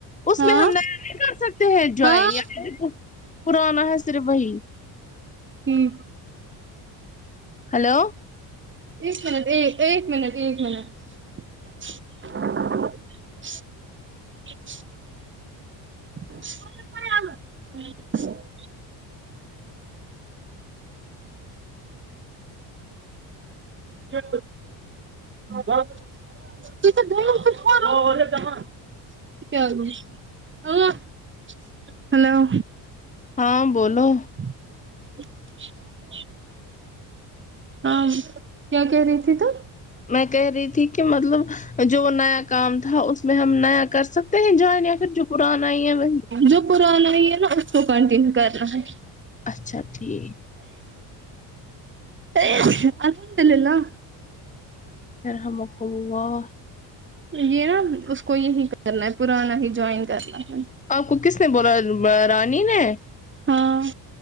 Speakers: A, on the left; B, on the right.
A: اس
B: ہاں
A: میں ہم نئے نہیں کر سکتے ہیں جوائن
B: ہاں
A: یا پرانا ہے صرف وہی
B: ہوں
A: ہیلو
B: ایک منٹ ایک ایک منٹ ایک منٹ <inaudible> <inaudible> کیا <inaudible> ا <unintelligible> گ <unintelligible> <inaudible> ہیلو
A: ہاں بولو
B: <inaudible> ہاں کیا کہہ رہی تھی تم
A: میں کہہ رہی تھی کہ مطلب جو نیا کام تھا اس میں ہم نیا کر سک کہیں جان یا پھر جو پرانا ہی ہیں وہ
B: جو پرانا ہی ہے نا اس کو کنٹینیو کرنا ہے
A: اچھا ٹھیک
B: الحمدللہ
A: یرحمک اللہ
B: یہ نا اس کو یہی کرنا ہے پرانا ہی جوائن کرنا ہے
A: آپ کو کس نے بولا با رانی نے
B: ہاں